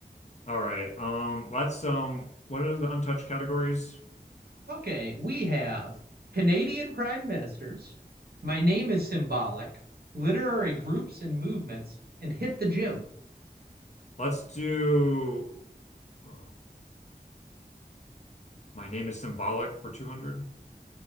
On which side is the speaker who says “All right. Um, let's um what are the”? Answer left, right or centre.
Left